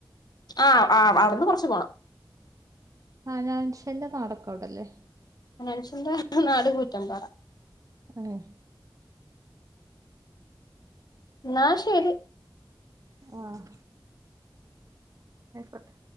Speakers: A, on the left (about 50°); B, on the right (about 40°).
A: ആഹ് ആ അവിടെന്ന് കുറച്ച് പോണം
B: ആഹ് ഹനാൻഷെൻന്റെ നാടക്ക് അവിടെല്ലേ
A: ഹനഷന്റെ നാട് കൂറ്റമ്പാറെ
B: ആഹ്
A: എന്നാ ശെരി
B: ആഹ് ആയിക്കൊട്ടെ